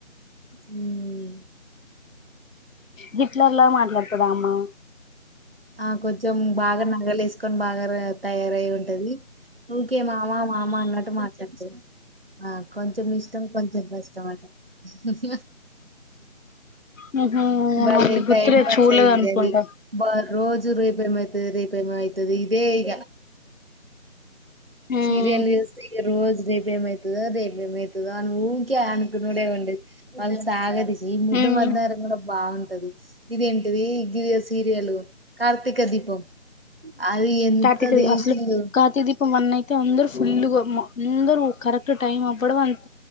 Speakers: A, on the right; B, on the left.
A: ఉమ్ నే
B: గిట్లర్లా మాట్లాడుతదా అమా
A: ఆ కొంచెం బాగా నగలు వేసుకొని బాగా తయారయి ఉంటది ఓకే మామా మామ అన్నట్టు మాట్లాడుతుారు ఆ కొంచెం ఇష్టం కొంచెం కష్టం అంట స
B: హు హుమ్
A: భలే
B: మలి గుర్తులేదు
A: టైం పాస్
B: చూడలేదు
A: అయ్యేది
B: అనుకుంటా
A: అది బ రోజు రేపేమ్ అయితుది రేపే అయితుది ఇదే ఈ
B: ఉమ్
A: సీరియల్ చూస్తే రోజు రేపేమ్ అయితుది అదే ఏమైతదో అని ఊకే అనుకునుడే ఉండు మళ్ళీ సాగదీస్ ఈ ముద్దు
B: ఉమ్
A: మందరం కూడా బాగుం టది ఇదిేంటిది జి సీరియల్ కార్తీక దీపం అది ఎంత
B: కార్తీక దీ
A: దీసిండు
B: అసలు కార్తీక వన్ అయితే అందరుూ ఫుల్గా అందరు కరెక్ట్ టైం అవ్వడం అ